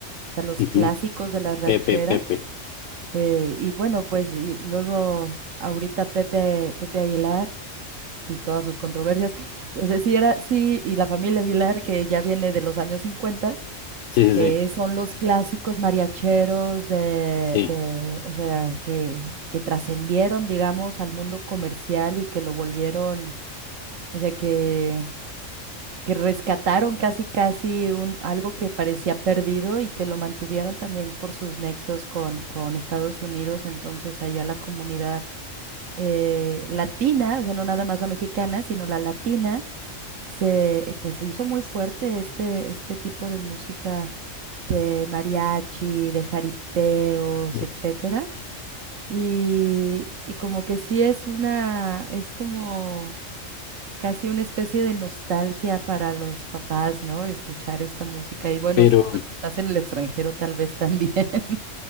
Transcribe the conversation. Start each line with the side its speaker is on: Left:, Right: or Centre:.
Right: o sea, los
Left: Ujú,
Right: clásicos de las rancheras.
Left: Pepe, Pepe.
Right: eh, y bueno, pues y luego ahorita Pepe, Pepe Aguilar y todas sus controversias. O sea, sí era, sí, y la familia Aguilar, que ya viene de los años 50,
Left: Sí,
Right: que
Left: sí,
Right: son los clásicos mariacheros de,
Left: sí,
Right: de, o sea, que, que trascendieron, digamos, al mundo comercial y que lo volvieron, o sea, que, que rescataron casi, casi un, algo que parecía perdido y que lo mantuvieron también por sus nexos con, con Estados Unidos. Entonces, allá la comunidad eh, latina, o sea, no nada más la mexicana, sino la latina, se, eh, pues se hizo muy fuerte este, este tipo de música de mariachi, de jaripeos,
Left: sí.
Right: etcétera. Y, y como que sí es una, es como casi una especie de nostalgia para los papás, ¿no? Escuchar esta música. Y bueno,
Left: Pero
Right: sí, cuando estás en el extranjero, tal vez también, <laughs>